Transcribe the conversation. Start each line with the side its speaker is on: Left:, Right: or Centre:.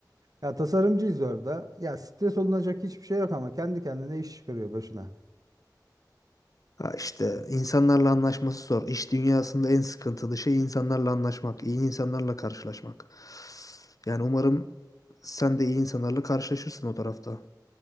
Right: Ya tasarımcıyız orada. Ya stres olunacak hiçbir şey yok ama kendi kendine iş çıkarıyor başına.
Left: Ha işte insanlarla anlaşması zor. İş dünyasında en sıkıntılı şey insanlarla anlaşmak, iyi insanlarla karşılaşmak. Yani umarım sen de iyi insanlarla karşılaşırsın o tarafta.